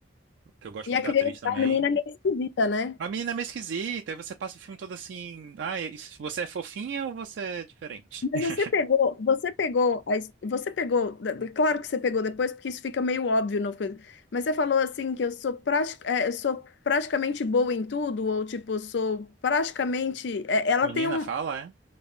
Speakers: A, on the right; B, on the left.
A: que eu gosto
B: E
A: muito
B: a criança,
A: da atriz também.
B: a menina é meio esquisita, né?
A: A menina é meio esquisita, aí você passa o filme todo assim. Ah, e- e se você é fofinha ou você é diferente?
B: Mas
A: <laughs>
B: você pegou, você pegou, a his- você pegou, claro que você pegou depois, porque isso fica meio óbvio, não foi? Mas você falou assim que eu sou, prati, é, eu sou praticamente boa em tudo, ou tipo, sou praticamente. é, ela
A: Menina,
B: tem um,
A: fala, é?